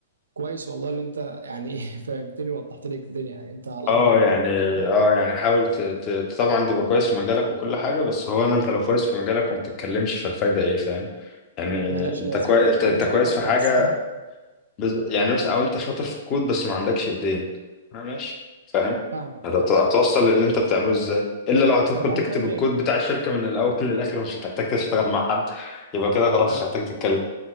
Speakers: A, on the right; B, on the left.
A: كويس والله اللي انت يعني <laughs> فهمتني ووضحت لي الدنيا يعني انت على
B: اه
A: ارض الواقع
B: يعني
A: <laughs>
B: اه يعني حاول ت... ت... ت- طبعا تبقى كويس في مجالك وكل حاجه بس هو انا انت لو كويس في مجالك وما بتتكلمش فالفايده ايه فاهم يعني
A: ملاش
B: انت
A: لازمه
B: كويس
A: يعني
B: انت
A: عامل
B: أنت
A: زي
B: كويس
A: الاخرس
B: في حاجه
A: <laughs>
B: بز... يعني مثلا او انت شاطر في الكود بس ما عندكش ايدين آه ماشي فاهم
A: فاهمك
B: هت-
A: فاهم
B: هتوصل للي انت بتعمله ازاي الا لو هتدخل
A: طب اهتم
B: تكتب الكود
A: <laughs>
B: بتاع الشركه من الاول للاخر مش هتحتاج تشتغل مع حد يبقى كده خلاص
A: طب
B: مش هتحتاج تتكلم